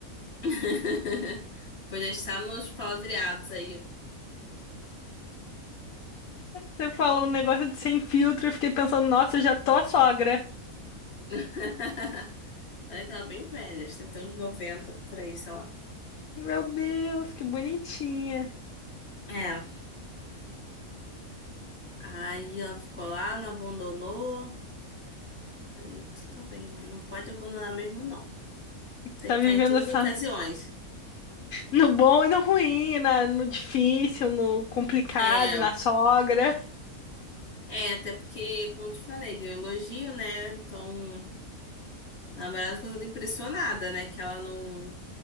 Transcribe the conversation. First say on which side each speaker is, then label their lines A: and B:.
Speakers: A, on the left (about 45°); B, on the left (about 70°).
A: <laughs> Pois já está nos palavreados aí.
B: Você falou um negócio de sem filtro, eu fiquei pensando, nossa, eu já tô a sogra.
A: <laughs> Olha que ela é bem velha, acho que tem uns 90 por aí, sei lá.
B: Meu Deus, que bonitinha.
A: É, aí ela ficou lá, não abandonou. Falei, tu tá bem, mãe, não pode abandonar mesmo, não. Tem
B: Tá
A: que
B: vivendo
A: estar em todas
B: essa.
A: as ocasiões.
B: No bom e no ruim, na- no difícil, no complicado,
A: É,
B: na sogra.
A: é, até porque, como eu te falei, ganhou elogio, né? Então, a namorada ficou toda impressionada, né? Que ela não,